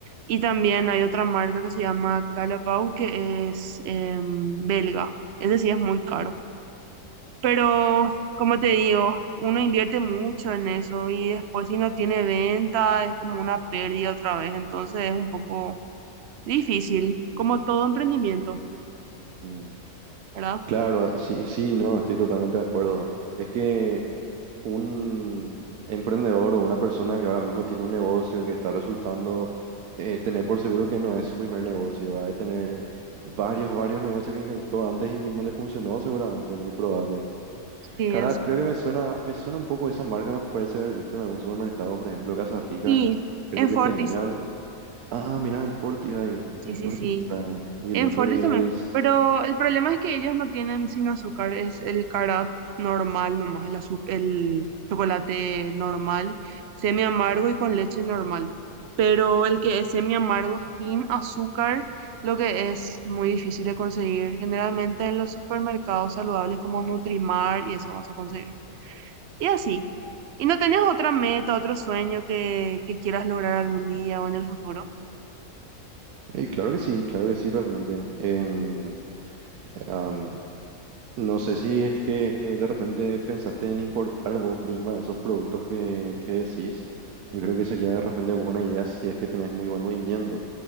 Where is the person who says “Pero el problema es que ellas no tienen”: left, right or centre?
Right